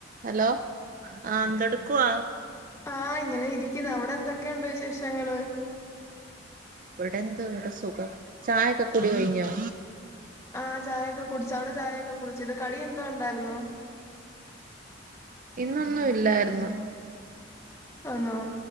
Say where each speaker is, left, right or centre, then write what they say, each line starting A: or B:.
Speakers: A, on the right; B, on the left.
A: Hello ആഹ് എന്തെടുക്കുവാ?
B: ആഹ് ഇങ്ങനെ ഇരിക്കുന്നു. അവിടെ എന്തൊക്കെയുണ്ട് വിശേഷങ്ങള്?
A: ഇവിടെന്ത് ഇവിടെ സുഖം ചായൊക്കെ കുടി കഴിഞ്ഞോ?
B: ആഹ് ചായയൊക്കെ കുടിച്ച് അവിടെ ചായൊക്കെ കുടിച്ചൊ ഇത് കടി എന്തോണ്ടായിരുന്നു?
A: ഇന്നൊന്നും ഇല്ലായ്രുന്നു
B: ആന്നോ